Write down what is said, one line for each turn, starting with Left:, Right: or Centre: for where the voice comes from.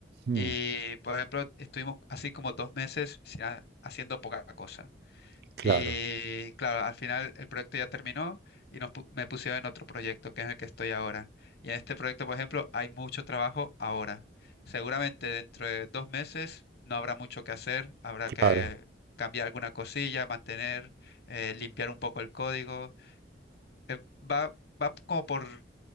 Right: Mm,
Left: Y, por ejemplo, estuvimos así como dos meses si- ha- haciendo poca cosa.
Right: claro,
Left: Y claro, al final el proyecto ya terminó y nos, pu- me pusieron en otro proyecto, que es el que estoy ahora. Y en este proyecto, por ejemplo, hay mucho trabajo ahora. Seguramente dentro de dos meses no habrá mucho que hacer, habrá que
Right: claro.
Left: cambiar alguna cosilla, mantener, eh, limpiar un poco el código. Eh, va, va como por,